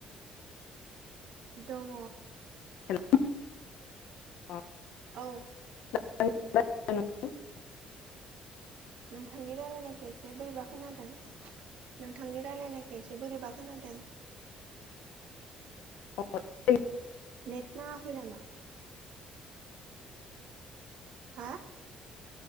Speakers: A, on the right; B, on the left.
A: दङ
B: हेलौ अ
A: औ
B: <unintelligible>
A: नोंथांनि रायलायनायखौ एसे बोरैबा खोनादों नोंथांनि रायलायनाय एसे बोरैबा खोनादों।
B: <unintelligible>
A: नेट नाङाखै नामा? हा